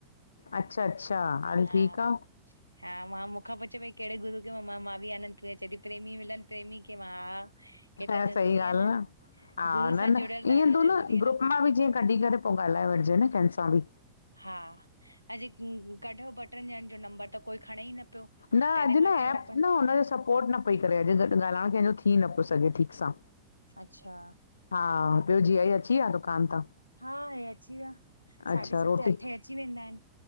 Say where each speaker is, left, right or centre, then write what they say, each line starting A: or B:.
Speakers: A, on the left; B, on the left.
A: अच्छा अच्छा, हल
B: हा
A: ठीकु आ।
B: हा मां मूंख पुच्छे पई, कहिड़े गुरू खे मां बि चयो आनंदपुर, चॾी प्रेमी मिलन प्रेमी के, मां <unintelligible>
A: ह
B: ज़रूरी
A: सही ॻाल्हि
B: आहे
A: आ, न हा,
B: गुरू
A: न
B: सां
A: न
B: जुड़ियल ॾाढो
A: ईअं थो
B: ज़रूरी
A: न
B: आहे
A: ग्रुप मां बि जीअं कढी करे पो ॻाल्हाए वठिजे न कंहिंस सां बि।
B: हा, अॼु कढियो ॿ ट्रिन ॼणनि जो नंबर त कोई खणे ई न पियो।
A: न अॼु
B: पहिरें मां
A: न
B: चवां
A: एप
B: पई
A: न हुनजो सपोर्ट न पई करे, अॼु ॻाल्हाइणु कंहिंजो थी न पियो सघे ठीकु सां।
B: अच्छा!
A: हा, ॿियो जीयाजी अची विया दुकानु तां?
B: हा इहे अची विया, साढे
A: अच्छा
B: सतें
A: रोटी
B: अठे अची वेंदा आहिन।